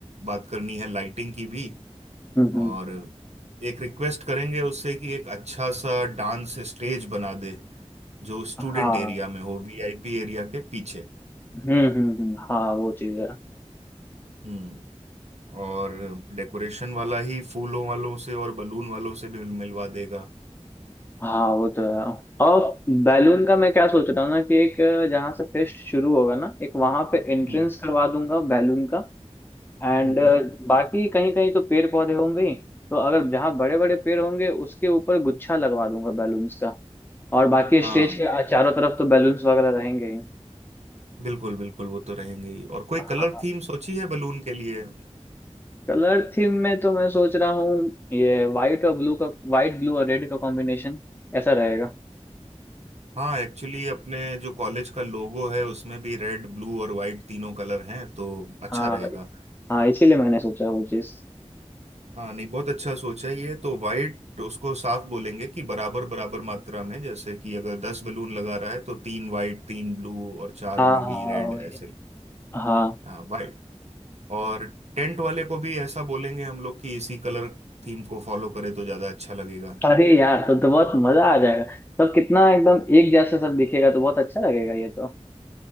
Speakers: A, on the right; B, on the left.
A: बात करनी है लाइटिंग की भी
B: हम्म हम्म,
A: और एक रिक्वेस्ट करेंगे उससे कि एक अच्छा सा डांस स्टेज बना दे जो स्टूडेंट
B: हाँ
A: एरिया में हो वीआईपी एरिया के पीछे
B: हम्म हम्म हम्म, हाँ वो चीज है
A: हम्म और डेकोरेशन वाला ही फूलों वालों से और बलून वालों से भी मिल- मिलवा देगा
B: हाँ वो तो है और बैलून का मैं क्या सोच रहा हूँ ना कि एक जहाँ से फेस्ट शुरू होगा ना एक वहां पे एंट्रेंस
A: हम्म
B: करवा दूंगा बैलून का एंड
A: हम्म हम्म।
B: बाकी कहीं कहीं तो पेड़ पौधे होंगे ही तो अगर जहाँ बड़े बड़े पेड़ होंगे उसके ऊपर गुच्छा लगवा दूंगा बैलून्स का और बाकी स्टेज
A: हाँ
B: के आ- चारों तरफ तो बैलून्स वगैरह रहेंगे ही
A: बिल्कुल बिल्कुल वो तो रहेंगे ही और कोई
B: हाँ
A: कलर थीम सोची है बलून के लिए
B: कलर थीम में तो मैं सोच रहा हूँ ये वाइट और ब्लू का वाइट ब्लू और रेड का कॉम्बिनेशन ऐसा रहेगा
A: हाँ एक्चुअली अपने जो कॉलेज का लोगो है उसमें भी रेड ब्लू और वाइट तीनों कलर हैं तो अच्छा
B: हाँ
A: रहेगा
B: इस- हाँ इसीलिए मैंने सोचा वो चीज
A: हाँ नहीं बहुत अच्छा सोचा है ये तो वाइट उसको साफ बोलेंगे कि बराबर बराबर मात्रा में जैसे कि अगर दस बलून लगा रहा है तो तीन वाइट तीन ब्लू और चार
B: हाँ
A: में
B: हाँ
A: भी
B: हाँ,
A: रेड
B: वही
A: ऐसे
B: हाँ
A: हाँ वाइट और टेंट वाले को भी ऐसा बोलेंगे हम लोग कि इसी कलर थीम को फॉलो करे तो ज्यादा अच्छा लगेगा
B: अरे यार तब तो बहुत मजा आ जाएगा तब कितना एकदम एक जैसा सब दिखेगा तो बहुत अच्छा लगेगा ये तो